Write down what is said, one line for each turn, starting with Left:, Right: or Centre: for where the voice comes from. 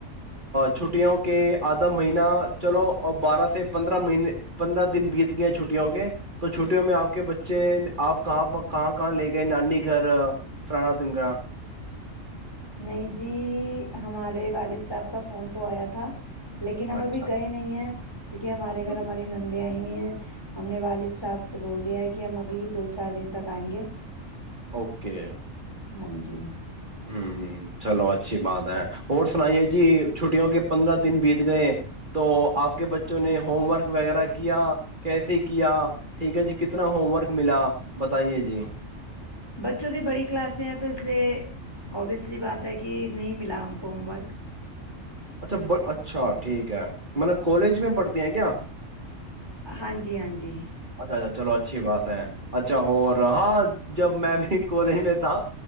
Right: چھٹیوں کے آدھا مہینہ چلو بارہ سے پندرہ مہینے پندرہ دن بیت گئے چھٹیوں کے تو چھٹیوں میں آپ کے بچے آپ کہاں کہاں کہاں لے گئے نانی گھر فرانا تنگا
Left: نہیں جی ہمارے والد صاحب کا فون تو آیا تھا لیکن ہم
Right: اچھا
Left: ابھی گئے نہیں ہیں کیونکہ ہمارے گھر
Right: ہوں،
Left: ہماری نند ہیں بھی ہیں ہم نے والد صاحب سے بول دیا ہے کہ کہ ہم ابھی دو چار دن تک آئیں گے
Right: اوکے
Left: ہاں جی
Right: ہوں چلو اچھی بات ہے اور سنائیے جی چھٹیوں کے پندرہ دن بیت گئے تو آپ کے بچوں نے ہوم ورک وغیرہ کیا کیسے کیا ٹھیک ہے جی کتنا ہوم ورک ملا بتائیے جی
Left: بچوں کی بڑی کلاسیں ہیں تو اس لیے اوبویسلی بات ہے کہ نہیں ملا ان کو ہوم ورک
Right: اچھا اچھا ٹھیک ہے مطلب کالج میں پڑھتے ہیں کیا
Left: ہاں جی ہاں جی <unintelligible>
Right: اچھا اچھا چلو اچھی بات ہے اچھا اور ہاں جب میں بھی کالج میں تھا